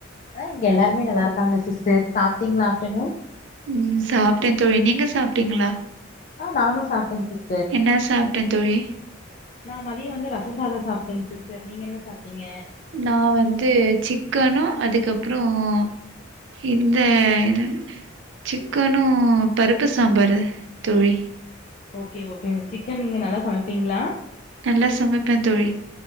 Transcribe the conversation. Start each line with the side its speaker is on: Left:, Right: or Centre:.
Left: ஹ இங்க எல்லாருமே நல்லாயிருக்காங்க சிஸ்டர் சாப்டீங்ளா ஆப்டநூன்
Right: ம் சாப்ட்டேன் தோழி நீங்க சாப்ட்டீங்களா
Left: ஆ நானும் சாப்டேங் சிஸ்
Right: என்ன சாப்ட்டேன் தோழி
Left: நா மதியோம் வந்து ரசோசாதம் சாப்ட்டேங் சிஸ்டர் நீங்க என்ன சாப்ட்டீங்க
Right: நா வந்து சிக்கனோ அதுகப்றோம் இந்த என்னது சிக்கனோ பருப்பு சாம்பாரு தோழி
Left: ஓக்கே ஓக்கேங்க சிக்கன் நீங்க நல்லா சமைப்பீங்ளா
Right: நல்லா சமைப்பேன் தோழி